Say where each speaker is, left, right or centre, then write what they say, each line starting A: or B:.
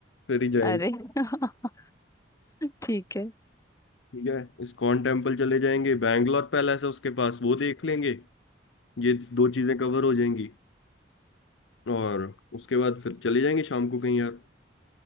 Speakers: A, on the left; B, on the left.
A: फिर ही जाएंगे
B: अरे <laughs> ठीक है
A: ठीक है इस्कॉन टेम्पल चले जाएंगे बैंगलोर पैलेस है उसके पास वो देख लेंगे ये दो चीजें कवर हो जाएंगी और उसके बाद फिर चले जाएंगे शाम को कहीं यार